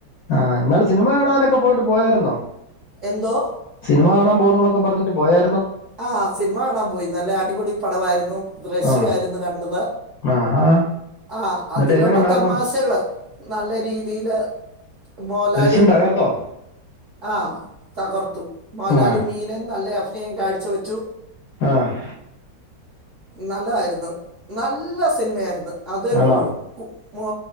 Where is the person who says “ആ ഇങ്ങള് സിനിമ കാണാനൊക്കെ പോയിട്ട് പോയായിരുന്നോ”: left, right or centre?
Left